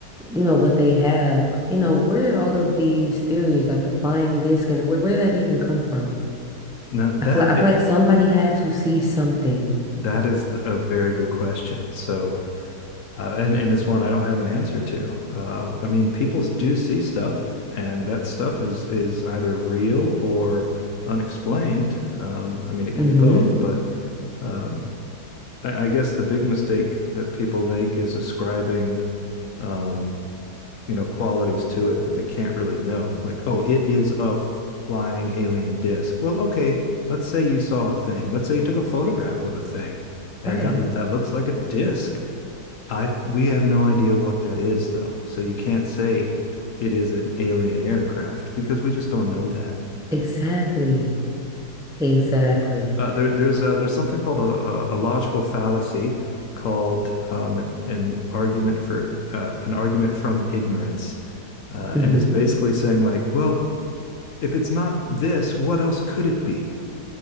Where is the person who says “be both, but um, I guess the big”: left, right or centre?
Left